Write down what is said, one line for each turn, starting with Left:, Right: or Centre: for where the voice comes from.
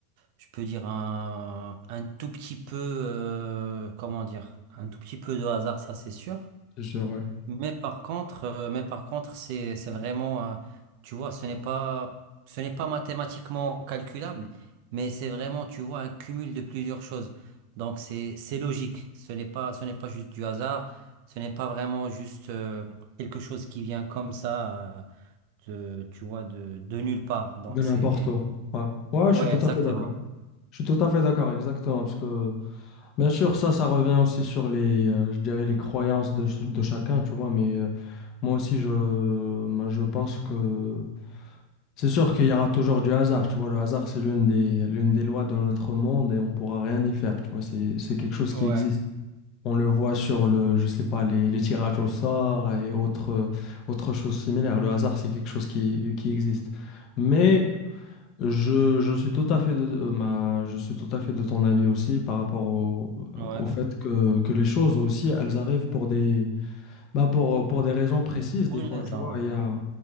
Right: je peux dire un, un tout petit peu, euh, comment dire, un tout petit peu de hasard, ça c'est sûr.
Left: C'est sûr, ouais.
Right: Mais par contre, euh, mais par contre, c'est c'est vraiment, euh, tu vois, ce n'est pas, ce n'est pas mathématiquement calculable, mais c'est vraiment, tu vois, un cumul de plusieurs choses. Donc c'est c'est logique. Ce n'est pas, ce n'est pas juste du hasard. Ce n'est pas vraiment juste euh, quelque chose qui vient comme ça. euh, de- tu vois, de, de nulle part. Donc,
Left: De n'importe
Right: c'est...
Left: où. Ouais. Ouais,
Right: Ouais,
Left: je suis tout
Right: exactement.
Left: à fait d'accord. Je suis tout à fait d'accord, exactement. Parce que, bien sûr, ça, ça revient aussi sur les, euh, je dirais, les croyances de, ch- de chacun, tu vois. Mais euh, moi aussi, je, ben, je pense que c'est sûr qu'il y aura toujours du hasard, tu vois. Le hasard, c'est l'une des, l'une des lois de notre monde et on pourra rien y faire, tu vois. C'est, c'est quelque chose
Right: Ouais,
Left: qui existe. On le voit sur le, je sais pas, les, les tirages au sort et autres, autres choses similaires. Le hasard, c'est quelque chose qui, qui existe. Mais je, je suis tout à fait de, euh, ma, je suis tout à fait de ton avis aussi par rapport au, euh,
Right: ouais.
Left: au fait que, que les choses aussi, elles arrivent pour des, bah pour, pour des raisons précises
Right: Pour
Left: des
Right: une
Left: fois,
Right: raison,
Left: tu vois.
Right: oui.
Left: Il y a,